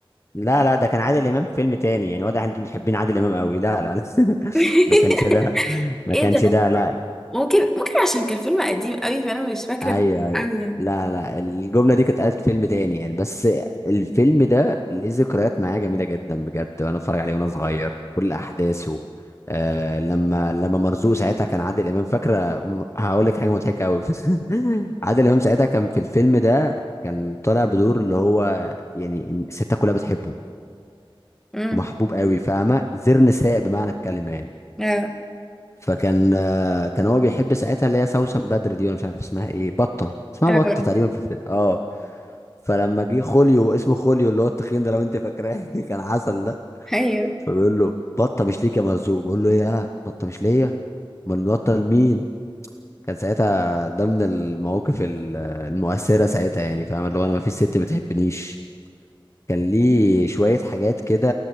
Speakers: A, on the left; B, in the centre.
A: لا لا ده كان عادل امام في فيلم تاني يعني واضح انتوا محبين عادل امام قوي لا لا لا <laughs>
B: <laughs>
A: ما كانش ده ما
B: ايه
A: كانش
B: ده
A: ده لا
B: ممكن ممكن عشان كان فيلم قديم قوي فانا مش فاكره
A: ايوه ايوه
B: قوي يعني
A: لا لا الجمله دي كانت قالت في فيلم تاني يعني بس الفيلم ده ليه ذكريات معايا جميله جدا بجد وانا اتفرج عليه وانا صغير كل احداثه آه لما لما مرزوق ساعتها كان عادل امام فاكره م- هقول لك حاجه مضحكه قوي <laughs> عادل امام ساعتها كان في الفيلم ده كان طالع بدور اللي هو يعني الستات كلها بتحبه
B: امم
A: ومحبوب قوي فاهمه زر نساء بمعنى الكلمه يعني
B: اه
A: فكان آه، كان هو بيحب ساعتها اللي هي سوسن بدر دي ولا مش عارف اسمها ايه بطه اسمها
B: اه
A: بطه تقريبا في الفيلم اه فلما جه خوليو اسمه خوليو اللي هو التخين ده لو انت فاكراه <laughs> كان عسل ده
B: ايوه
A: فبيقول له بطه مش ليك يا مرزوق بيقول له ايه انا بطه مش ليا امال البطه لمين كان ساعتها ده من المواقف ال- المؤثره ساعتها يعني فاهم اللي هو انا ما فيش ست بتحبنيش كان ليه شويه حاجات كده